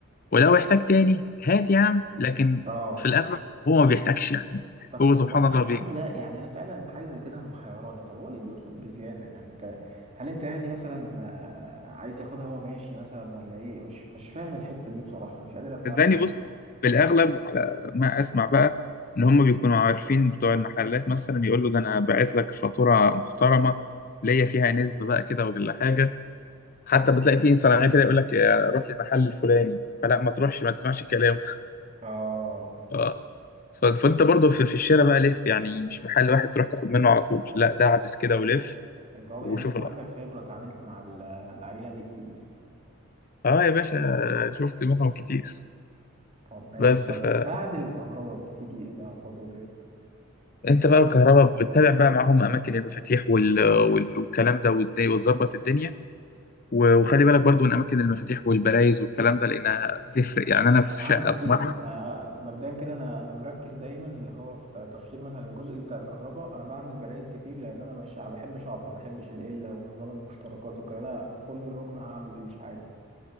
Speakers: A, on the left (about 40°); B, on the right (about 30°).
A: ولو احتاج تاني هات يا عم لكن
B: اه
A: في الاغلب هو ما بيحتاجش يعني
B: بس
A: هو
B: طب
A: سبحان
B: أنا
A: الله
B: أنا
A: بي
B: عندي بقى يعني أنا فعلا حاجة زي كده محيراني طب هو ليه بيطلب بزيادة يعني أنت هل أنت يعني مثلا آه، عايز ياخدها هو ماشي مثلا ولا إيه مش مش فاهم الحتة دي بصراحة مش قادر أفهمها
A: صدقني بص في الاغلب على ما اسمع بقى ان هم بيكونوا عارفين بتوع المحلات مثلا يقول له ده انا باعت لك فاتوره محترمه ليا فيها نسبه بقى كده ولا حاجه حتى بتلاقي فيه صناعيه كده يقول لك آه، روح للمحل الفلاني فلا ما تروحش ما تسمعش الكلام <laughs>
B: اه
A: آه. ف- فانت برضو في في الشارع بقى لف يعني مش محل واحد تروح تاخد منه على طول لا ده عبس كده ولف
B: أنت واضح
A: وشوف
B: إن أنت عندك خبرة اتعاملت مع ال- العيلة دي كتير
A: اه يا باشا شفت منهم كتير
B: طب ماشي
A: بس
B: طيب
A: فانت
B: بعد الكهرباء بتيجي ايه بقى خطوة ايه
A: بقى الكهرباء بتتابع بقى معاهم اماكن المفاتيح وال... وال... والكلام ده والد- وتظبط الدنيا و- وخلي بالك برضو من اماكن المفاتيح والبرايز والكلام ده لانها بتفرق يعني انا في
B: انا
A: شقه
B: هعمل كتير
A: في مره
B: انا مبدئيا كده انا انا مركز دايما اللي هو في تشطيب مثلا الجزء بتاع الكهرباء انا بعمل برايز كتير لان انا مش ما بحبش اعطل ما بحبش القله ونظام المشتركات وكده لا انا في كل ركن هعمل فيش عادي